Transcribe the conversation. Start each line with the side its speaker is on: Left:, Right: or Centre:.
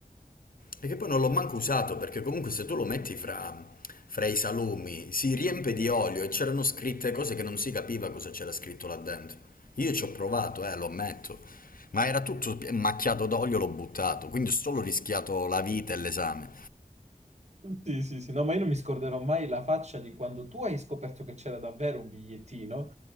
Left: E che poi non l'ho manco usato perché comunque se tu lo metti fra, fra i salumi si riempie di olio e c'erano scritte cose che non si capiva cosa c'era scritto là dentro. Io ci ho provato, eh, lo ammetto, ma era tutto pi- macchiato d'olio, l'ho buttato, quindi ho solo rischiato la vita e l'esame.
Right: Sì, sì, sì, no, ma io non mi scorderò mai la faccia di quando tu hai scoperto che c'era davvero un bigliettino